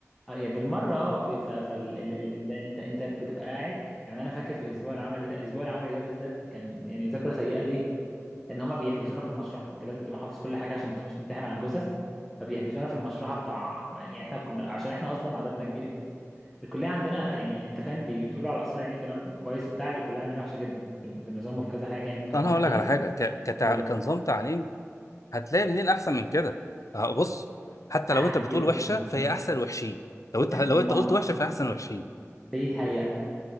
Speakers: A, in the centre; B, on the left (about 80°).
A: اه يعني بالمرة اه في- ف فال ال... ال... انت انت انت بتبقى قاعد يعني انا فاكر في الاسبوع العملي ده الاسبوع العملي ده بالذات كان يعني ذاكرة سيئة ليه؟ لان هما بيحبسونا في المشرحة انت لازم تبقى حافظ كل حاجة عشان بتخش تمتحن على الجثث فبيحبسونا في المشرحه بتاع يعني احنا كنا عشان احنا اصلا عددنا كبير الكليه عندنا يعني انت فاهم بي- بتقولوا على القصر العيني كلام كويس وبتاع الكليه عندنا وحشه جدا في ال- في النظام وفي كذا حاجه يعني ممكن
B: انا
A: ابقى احكي
B: هقول لك
A: لك
B: على حاجه ك- كتع-
A: هقول
B: كنظام
A: لك
B: تعليم هتلاقي منين احسن من كده آه، بص حتى
A: هحكي
B: لو انت بتقول
A: لك
B: وحشه
A: مم.
B: فهي احسن الوحشين لو انت لو
A: ما-
B: انت قلت وحشه فهي احسن الوحشين
A: بيتهيأ لك